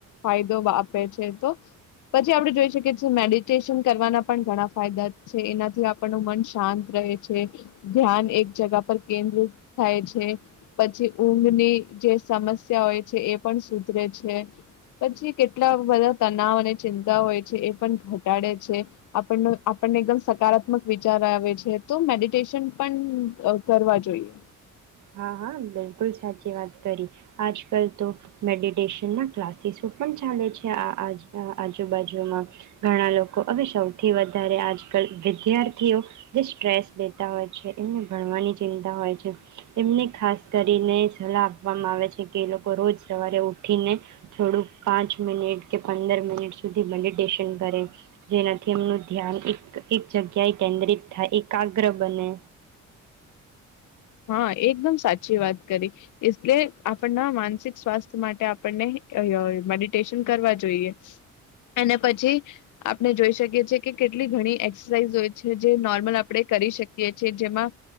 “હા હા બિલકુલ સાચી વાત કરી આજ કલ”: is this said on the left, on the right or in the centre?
Right